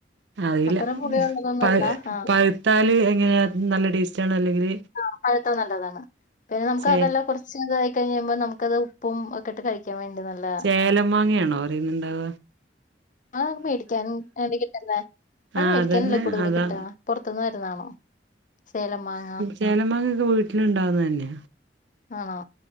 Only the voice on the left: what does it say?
അത്ര പുളിയുള്ളതൊന്നല്ല
ആഹ്
ആഹ് പഴത്താ നല്ലതാണ്. പിന്നെ നമുക്ക്
അതെല്ലാ കൊറചിങ്ങട്ട് ആയി കഴിഞ്ഞാ നമുക്കത് ഉപ്പും ഒക്കെ ഇട്ട് കഴി കഴിക്കാൻ വേണ്ടി നല്ല
ആ മേടിക്കാനും എന്താ കിട്ടുന്നെ അത്
മേടിക്കാനല്ലേ
കൂടുതല്
കിട്ടാ. പൊറത്ത്ന്ന് വരുന്നാണോ. സേല മാങ്ങ
ആണൊ.